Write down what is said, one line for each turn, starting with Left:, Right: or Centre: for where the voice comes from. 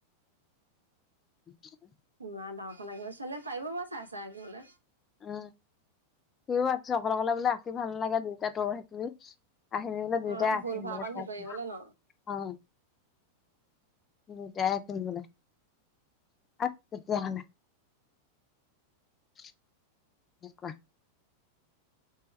Left: <unintelligible>
Right: ইমান ডাঙৰখন আকিবলৈ চালে পাৰিব বাৰু চাই চাই আকিবলে।
Left: উম, সিও আঁকিছোঁ, অকলে অকলে বোলে আঁকি ভাল নালাগে, টুইটা তই আকিবি। আহি বোলে দুয়টাই
Right: অ',
Left: আঁকিম
Right: ভুল হোৱা
Left: বোলে
Right: কণ
Left: চাই
Right: হেৰি কৰিবলৈ ন?
Left: অ'। দুইটাই আঁকিম বোলে, আক তেতিয়াহ'লে। <unintelligible>